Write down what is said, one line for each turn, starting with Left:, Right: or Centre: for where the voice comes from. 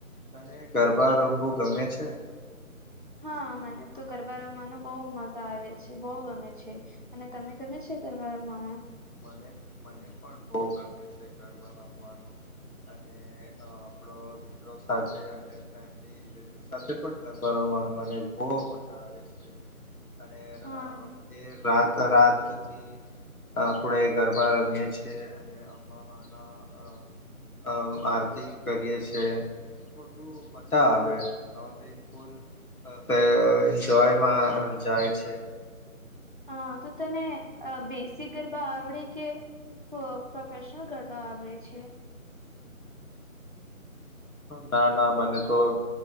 Left: તને ગરબા રમવું ગમે છે?
Right: હા મને તો ગરબા રમવાનો બહુ મજા આવે છે. બહુ ગમે છે. અને તમે ગમે છે ગરબા રમવાના?
Left: મને-મને પણ બઉ ગમે છે ગરબા રમવાનું. અને અહ આપણો મિત્રો સાથે અને <unintelligible> <unintelligible> સાથે પણ ગરબા રમવાનું મને બોઉ મજા આવે છે. અને <unintelligible>
Right: હા
Left: રાત રાતથી આપણેે ગરબા રમીએ છીએ. અને અંબામાંનો અહ-અહ-અહ આરતી કરીએ છે. <unintelligible> બધા આવે <unintelligible> <unintelligible> એન્જોયમાં જાય છે.
Right: હા. તો તને અહ બેસીક ગરબા આવડે કે ફ પ્રોફેશનલ ગરબા આવડે છે?
Left: ના, ના. મને તો